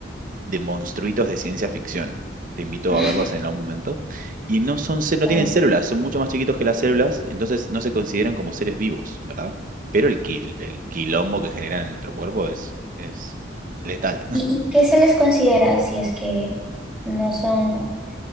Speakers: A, on the right; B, in the centre.
A: de monstruitos de ciencia ficción. Te invito
B: <laughs>
A: a verlos en algún momento. Y no son, cé- no
B: Vale.
A: tienen células, son mucho más chiquitos que las células, entonces no se consideran como seres vivos, ¿verdad? Pero el, qui- el quilombo que generan en nuestro cuerpo es, es letal.
B: ¿Y, y qué se les considera si es que no son